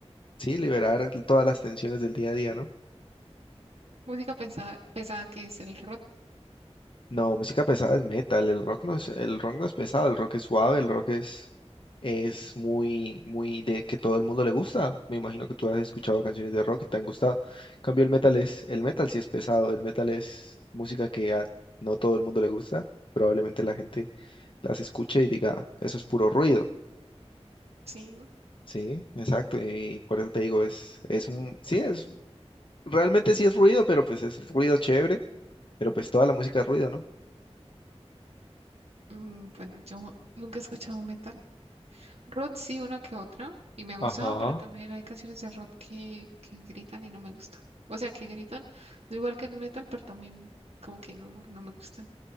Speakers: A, on the left; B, on the right.
A: sí, liberar todas las tensiones del día a día, ¿no?
B: música pesada, pesada que es el rock,
A: No, música pesada es metal, el rock no es, el rock no es pesado, el rock es suave, el rock es, es muy, muy de que todo el mundo le gusta. Me imagino que tú has escuchado canciones de rock y te han gustado. En cambio, el metal es, el metal sí es pesado, el metal es música que a no todo el mundo le gusta. Probablemente la gente las escuche y diga, eso es puro ruido.
B: sí,
A: Sí, exacto, y por eso te digo, es, es un, sí, es, realmente sí es ruido, pero pues es ruido chévere, pero pues toda la música es ruido, ¿no?
B: Mm, bueno, yo nunca he escuchado metal. Rod sí, una que otra, y me ha gustado,
A: Ajá.
B: pero también hay canciones de Rod que, que gritan y no me gustan. O sea, que gritan, no igual que el metal, pero también como que no, no me gustan.